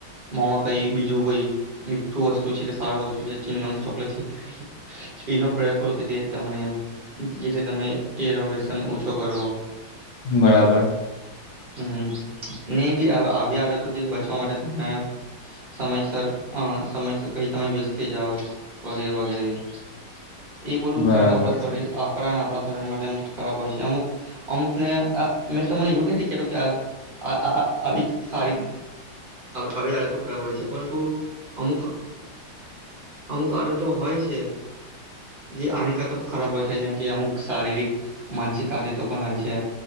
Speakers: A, on the right (about 30°); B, on the left (about 75°).
A: મોમાં કઈ બીજું કઈ મીઠું વસ્તુ છે કે સારું વસ્તુ છેમ છે ચોકલેટ છે. એનો પ્રયોગ કરો કે જે તને જેથી તમે એનોવેશન ઓછો કરો.
B: બરાબર.
A: હમ નહી બી આવી આડતોથી બચવા માટે, તમે સમયસર સમયસર કઈ તમે વ્યસ્ત થઇ જાવ, વગેરે વગેરે. <inaudible> એ બધું
B: બરાબર
A: સર આપણા શરીર
B: છે
A: આપરા અને આપણા મામ ખરાબ છે અમુ અમુક ને મેં તને એવું જ નથી કું કે આ આવી સારી આવી આડતો ખરાબ હોય છે પરંતુ અમુક, અમુક આડત તો હોય છે. જે આનીિકતો પણ ખરાબ હોય છે જેમ કે અમુક શારીરિક માનસિક આદતો પણ હોય છે